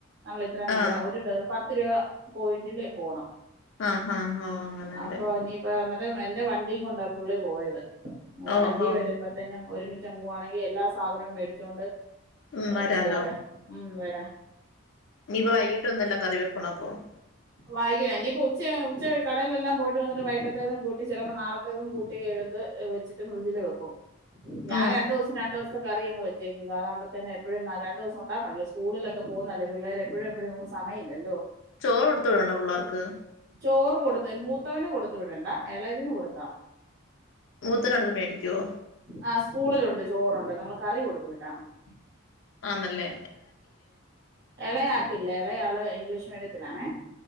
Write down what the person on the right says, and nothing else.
നമ്മള് ഇത്രയും
ദൂരം ഒരു പത്ത് രൂപ പോയിന്റില് പോണം
അപ്പൊ ഇനിയിപ്പോ എന്റെ വണ്ടിയും കൊണ്ടാ പുള്ളി പോയത് ഓ
വണ്ടി വരുമ്പോത്തേനും- ഒരുമിച്ച് അങ്ങുവാണെങ്കില് എല്ലാ സാധനവും മേടിച്ചുകൊണ്ട്-
ഇങ്ങ് പോരാം ഉം വരാം
വായിക ഇനിയിപ്പ ഉച്ച ഉച്ച കടേലെല്ലാം പോയിട്ട് വന്നിട്ട് വൈകിട്ടത്തേതും കൂട്ടി ചിലപ്പോ നാളത്തേതും കൂട്ടി എടുത്ത് വെച്ചിട്ട് ഫ്രിഡ്ജില് വെക്കും. ഞാൻ
രണ്ടു ദിവസം രണ്ട് ദിവസത്തെ കറി അങ്ങ് വെക് വെക്കും അതാക്പോത്തേന് എപ്പഴും രണ്ട് ദിവസം ഉണ്ടാക്കണല്ലോ സ്കൂളിലൊക്കെ പോകുന്നതല്ലേ പിള്ളേരെ എപ്പഴും എപ്പഴും നമക്ക് സമയമില്ലല്ലോ
ചോറ് കൊടുത്ത് മൂത്തവന് കൊടുത്ത് വിടണ്ട ഇളതിന് കൊടുത്താ മതി
ആ സ്കൂളിലുണ്ട് ചോറുണ്ട് നമ്മൾ കറി കൊടുത്ത് വിട്ടാ മതി.
എളയാക്കില്ല എളയാള് ഇംഗ്ലീഷ് മീഡിയത്തിലാണെ